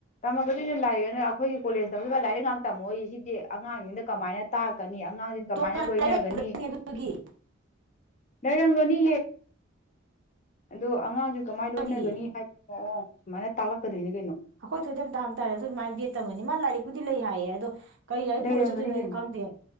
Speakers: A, on the left; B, on the right.
A: ꯑꯗꯨ ꯂꯥꯏꯑꯦꯅ ꯑꯩꯈꯣꯏꯒꯤ ꯀꯣꯂꯦꯖ ꯇꯧꯗ ꯂꯥꯏꯛꯥꯛ ꯇꯝꯃꯣꯏꯌꯦ ꯁꯤꯗꯤ ꯑꯉꯥꯡꯁꯤꯡꯗ ꯀꯃꯥꯏꯅ ꯇꯥꯛꯀꯅꯤ ꯑꯉꯥꯡꯁꯤꯡꯅ ꯀꯃꯥꯏꯅ
B: ꯇꯣꯉꯥꯟꯅ
A: ꯂꯣꯏꯅꯒꯅꯤ
B: ꯂꯩꯕꯅꯤ ꯑꯗꯨꯒꯤ
A: ꯂꯩꯔꯝꯒꯅꯤ ꯑꯗꯨꯣ ꯑꯉꯥꯡꯁꯨ ꯀꯃꯥꯏ ꯂꯣꯏꯅꯒꯅꯤ
B: ꯑꯩꯈꯣꯏ
A: ꯍꯥꯏꯕ ꯑꯣ ꯃꯅ ꯇꯂꯛ ꯀꯗꯣꯏꯅꯤ
B: ꯑꯩꯈꯣꯏ ꯊꯣꯏꯗꯝ ꯍꯪꯇꯥꯔꯦ ꯑꯗꯨꯣꯏ ꯃꯥꯥꯏ ꯕꯦꯠꯇꯝꯅꯤ ꯃꯥ ꯂꯥꯏꯔꯤꯛ ꯗꯤ ꯂꯩ ꯍꯥꯏꯌꯦꯗꯣ ꯀꯔꯤ ꯂꯥꯏꯔꯤ
A: ꯂꯩꯔꯝꯒꯅꯤ
B: ꯄꯨꯔ ꯆꯠꯇꯣꯏꯅꯣ ꯑꯩꯅꯣ
A: ꯀꯩꯅꯣ
B: ꯈꯪꯗꯦ